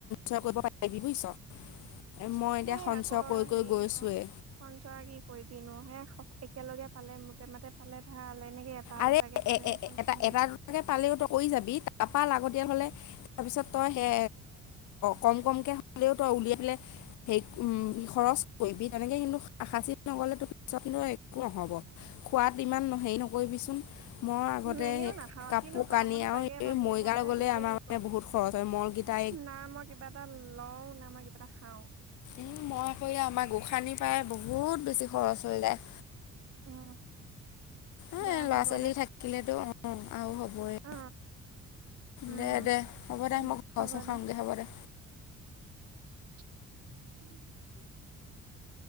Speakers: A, on the left (about 75°); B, on the right (about 55°).
A: সঞ্চয় কৰিব বুজিছ মই এতিয়া
B: এ
A: সঞ্চয়
B: আকৌ
A: কৰি কৰি
B: হেৰি
A: গৈছোৱে
B: ক খঞ্চৰা কি কৰিবি নো হে একেলগে পালে মোতে মতে পালে ভাল এনেকে এটা
A: আৰে
B: দুটাকে পালে
A: এ
B: সঞ্চয়
A: এটা
B: নাই
A: এটা দুটাকে পালেও ত কৰি যাবি তাৰপা আগতিয়াল হলে তাৰপিছত তই সেই কম কমকে হলেও তই উলিয়াই পলে সেই উ খৰচ কৰিব তেনেকে কিন্তু সাচি নগ'লেতো পিছত কিন্তু একো নহ'ব খোৱাত ইমান হেৰি নহ কৈবিচোন মই আগতে
B: উম এনেও
A: সেই
B: নাখাওঁ
A: কাপোৰ
B: কিনো খাওঁ
A: কানি
B: মইতো
A: আৰু
B: তাকে
A: এই
B: ভাবো
A: মৰিগাৱ
B: মই এতিয়া
A: গ'লে
B: নিজে
A: আমাৰ মানে
B: কৰো
A: বহুত খৰচ হয় মৰগেইটা
B: না মই কিবা এটা লও না মই কিবা এটা খাও
A: উম মই কৰিলো আমাৰ গোসানিৰ পৰায় বহুত বেছি খৰচ হৈ যায়
B: উম
A: এ
B: দে
A: ল'ৰা
B: হ'ব
A: ছোৱালী
B: দে
A: থাকিলেতো অ আৰু হ'বই
B: অ উম
A: দে দে হ'ব দে
B: উম
A: মই
B: হ'ব
A: ঘৰচৰ সাওগে
B: দে
A: হ'ব দে
B: া <unintelligible>